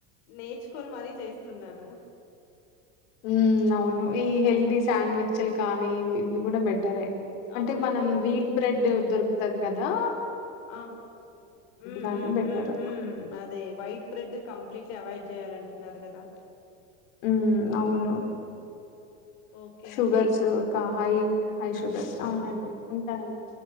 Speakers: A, on the left; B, on the left.
A: నేర్చుకొని మరీ చేస్తున్నాను.
B: ఉమ్ అవును ఈ హెల్దీ శాండ్విచ్లు కానీ ఇవి కూడా బెటరే అంటే
A: అవునండి.
B: మనం వీట్ బ్రెడ్ దొరుకుతది కదా
A: ఆ మ్
B: కానీ
A: మ్
B: బెటర్.
A: మ్ మ్ అదే వైట్ బ్రెడ్ కంప్లీట్లీ అవాయిడ్ చేయాలంట్ న్నారుగదా
B: ఉమ్ అవును
A: ఓకే
B: షుగర్స్
A: అండి.
B: క హైక్ హై శుభ్ర అవునండి ఉంటానండి.